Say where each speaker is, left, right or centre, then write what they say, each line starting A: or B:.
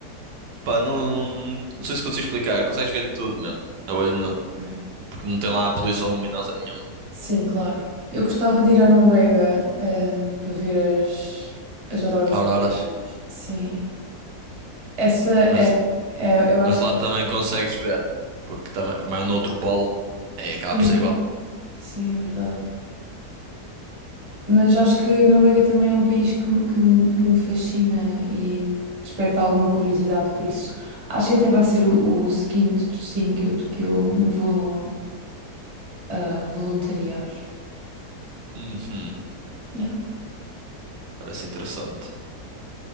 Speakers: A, on the right; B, on the right.
A: pá, não, não sei se consigo explicar, consegues ver tudo mesmo. A olho nu.
B: Ok.
A: porque não tem lá a poluição luminosa nenhuma.
B: Sim, claro. Eu gostava de ir à Noruega, ehm, para ver as, as auroras
A: Auroras.
B: boreais. Sim. Essa
A: Mas,
B: é, é- eu acho
A: mas lá
B: que
A: também consegues ver. Porque também, como é no outro polo, aí acaba
B: sim.
A: por ser igual.
B: Sim, é verdade. Mas acho que a Noruega também é um país que, me- que, me que me fascina e desperta alguma curiosidade, por isso acho que até vai ser o, o seguinte destino que eu, que eu me vou ah, voluntariar.
A: Uhum,
B: Yeah,
A: parece interessante.